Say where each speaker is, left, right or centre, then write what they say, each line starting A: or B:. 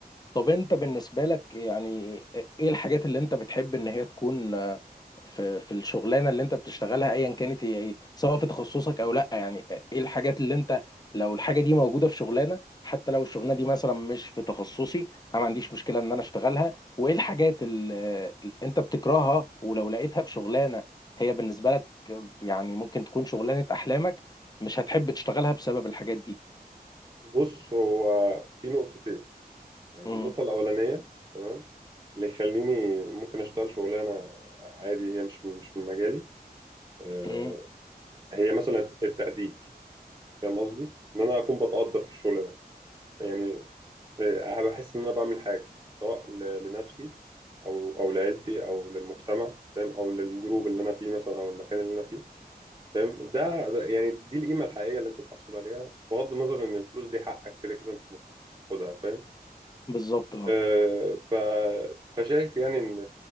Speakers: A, on the left; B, on the right.
A: طب انت بالنسبة لك يعني ايه الحاجات اللي انت بتحب ان هي تكون آه، في في الشغلانة اللي انت بتشتغلها ايا كانت هي ايه سواء في تخصصك او لا يعني ايه الحاجات اللي انت لو الحاجة دي موجودة في شغلانة حتى لو الشغلانة دي مثلا مش في تخصصي انا ما عنديش مشكلة ان انا اشتغلها وايه الحاجات اللي آه، اللي انت بتكرهها ولو لقيتها في شغلانة هي بالنسبة لك آه، يعني ممكن تكون شغلانة احلامك مش هتحب تشتغلها بسبب الحاجات دي
B: بص هو في نقطتين يعني
A: امم
B: النقطة الأولانية تمام اللي يخليني ممكن أشتغل شغلانة عادي هي مش مش من مجالي آه،
A: امم
B: هي مثلا التقدير فاهم قصدي؟ إن أنا أكون بتقدر في الشغل ده يعني آه، بحس ان انا بعمل حاجه سواء ل- لنفسي او او لعيلتي او للمجتمع فاهم او للجروب اللي انا فيه مثلا او المكان اللي انا فيه فاهم ده, ده يعني دي القيمه الحقيقيه اللي انت بتحصل عليها بغض النظر ان الفلوس دي حقك كده كده انت المفروض تاخدها فاهم
A: بالظبط اه
B: آه، ف فشايف يعني ان